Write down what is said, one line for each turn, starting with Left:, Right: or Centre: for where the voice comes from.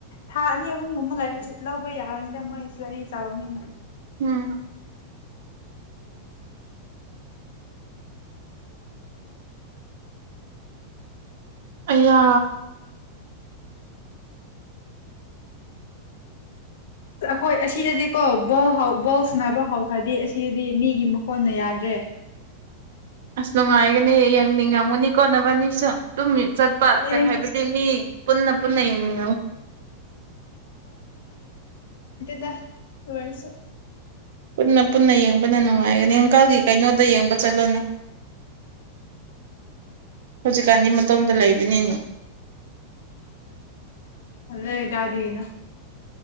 Left: ꯊꯥꯅꯤ ꯍꯣꯡꯒꯨꯝ ꯂꯩꯔ ꯂꯥꯎꯕ ꯌꯥ ꯀꯗ ꯃꯣꯏꯁꯨ ꯂꯔꯤ ꯆꯥꯎꯅꯤꯅ
Right: ꯎꯝ ꯑꯌꯥ
Left: ꯑꯩꯈꯣꯏ ꯑꯁꯤꯗꯗꯤꯀꯣ ꯕ ꯕꯣꯜ ꯁꯅꯕ ꯍꯧꯈ꯭ꯔꯗꯤ ꯑꯁꯤꯗꯤ ꯃꯤꯒꯤ ꯃꯈꯣꯟꯅ ꯌꯥꯗ꯭ꯔꯦ
Right: ꯑꯁ ꯅꯨꯡꯉꯥꯏꯒꯅꯤ ꯌꯦꯡꯅꯤꯡꯉꯝꯒꯅꯤ ꯀꯣꯟꯠꯅꯕꯅꯤꯁꯨ ꯑꯗꯨꯝ ꯆꯠꯄ
Left: ꯑꯦ
Right: ꯀꯩ ꯍꯥꯏꯕꯗꯤ ꯃꯤ ꯄꯨꯟꯅ ꯄꯨꯟꯅ ꯌꯦꯡꯅꯤ
Left: ꯗ ꯑꯣꯏꯣꯏꯁꯨ
Right: ꯄꯨꯟꯅ ꯄꯨꯟꯅ ꯌꯦꯡꯕꯅ ꯅꯨꯡꯉꯥꯏꯒꯅꯤ ꯏꯪꯀꯜꯒꯤ ꯀꯩꯅꯣꯗ ꯌꯦꯡꯕ ꯆꯠꯂꯣꯅ ꯍꯧꯖꯤꯛꯀꯥꯟꯗꯤ ꯃꯇꯣꯝꯗ ꯂꯩꯕꯅꯤꯅ
Left: ꯑꯗꯦꯗꯗꯤꯒꯅ